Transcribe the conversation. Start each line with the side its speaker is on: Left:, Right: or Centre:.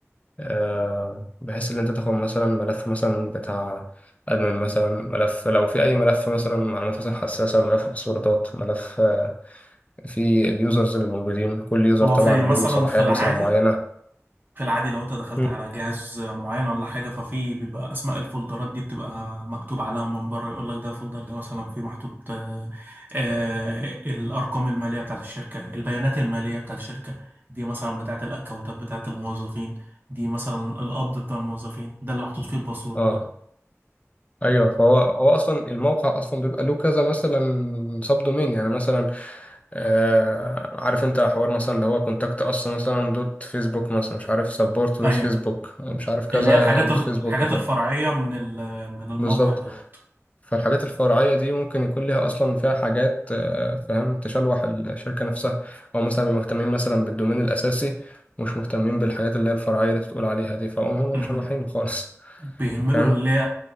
Left: آه، بحيث ان انت تاخد مثلا ملف مثلا بتاع ادمن مثلا ملف لو في اي ملف مثلا معلومات مثلا حساسه ملف باسوردات ملف آه، في اليوزرز اللي موجودين كل يوزر
Right: هو
Left: طبعا
Right: في
Left: له
Right: مثلا
Left: صلاحيات
Right: في العادي
Left: مثلا معينه
Right: في العادي لو انت دخلت
Left: مم.
Right: على جهاز معين ولا حاجة ففي بيبقى اسماء الفولدرات دي بتبقى مكتوب عليها من بره يقول لك ده الفولدر ده مثلا فيه محطوط آه، آه، الارقام المالية بتاعت الشركة البيانات المالية بتاعت الشركة دي مثلا بتاعت الاكونتات بتاعت الموظفين دي مثلا القبض بتاع الموظفين ده اللي محطوط فيه الباسوردات
Left: اه ايوه فهو هو اصلا الموقع اصلا بيبقى له كذا مثلا سب دومين يعني مثلا آه عارف انت حوار مثلا اللي هو كونتاكت اس مثلا دوت فيسبوك مثلا مش عارف سبورت دوت
Right: ايوه
Left: فيسبوك مش عارف كذا
Right: اللي هي الحاجات
Left: دوت
Right: الحاجات
Left: فيسبوك ف
Right: الفرعية من ال- من الموقع
Left: بالظبط
Right: دوت
Left: فالحاجات الفرعيه دي ممكن يكون ليها اصلا فيها حاجات آه فاهم تشلوح الشركه نفسها او مثلا بيبقوا مهتمين مثلا بالدومين الاساسي مش مهتمين بالحاجات اللي هي الفرعيه اللي تقول عليها دي فهم هم
Right: <laughs>
Left: مشلوحين خالص
Right: بيهملوا
Left: فاهم
Right: اللي هي